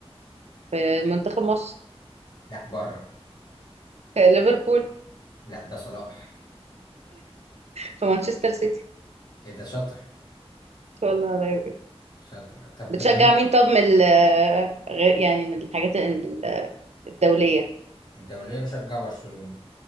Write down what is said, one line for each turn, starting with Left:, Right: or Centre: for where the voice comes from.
Right: في منتخب مصر
Left: لا بره
Right: في ليفربول
Left: لا ده صلاح
Right: في مانشستر سيتي ان
Left: ايه ده شاطر
Right: شاء الله على خير.
Left: شاطر طب
Right: بتشجع
Left: مين
Right: مين طب من ال- آه، غير يعني من الحاجات ال- آه، الدولية
Left: الدولية بشجع برشلونة